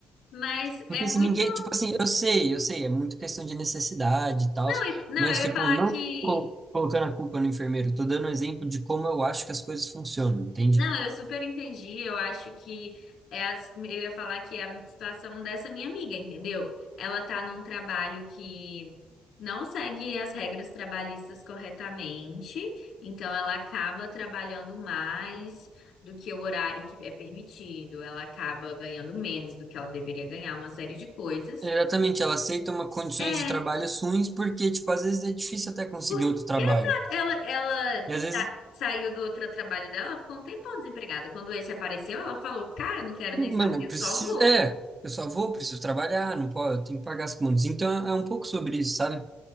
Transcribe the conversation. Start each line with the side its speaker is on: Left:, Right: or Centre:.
Left: Mas
Right: Porque
Left: é muito.
Right: se ninguém, tipo assim, eu sei, eu sei, é muito questão de necessidade e tal,
Left: Não, e- não,
Right: mas,
Left: eu ia
Right: tipo,
Left: falar
Right: não
Left: que
Right: colo- colocando a culpa no enfermeiro, eu tô dando um exemplo de como eu acho que as coisas funcionam, entende?
Left: Não, eu super entendi. Eu acho que é a, eu ia falar que é a situação dessa minha amiga, entendeu? Ela tá num trabalho que não segue as regras trabalhistas corretamente, então ela acaba trabalhando mais do que o horário que é permitido, ela acaba ganhando menos do que ela deveria ganhar, uma série de coisas.
Right: Exatamente, ela aceita uma condições
Left: É.
Right: de trabalho ruins porque, tipo, às vezes é difícil até conseguir
Left: Porque,
Right: outro trabalho.
Left: exato, ela, ela
Right: E às
Left: sa-
Right: vezes,
Left: saiu do outro trabalho dela, ela ficou um tempão desempregada. Quando esse apareceu, ela falou, cara, não quero nem
Right: mano,
Left: saber,
Right: eu
Left: eu
Right: preciso.
Left: só vou.
Right: É, eu só vou, preciso trabalhar, não posso, eu tenho que pagar as contas. Então é é um pouco sobre isso, sabe?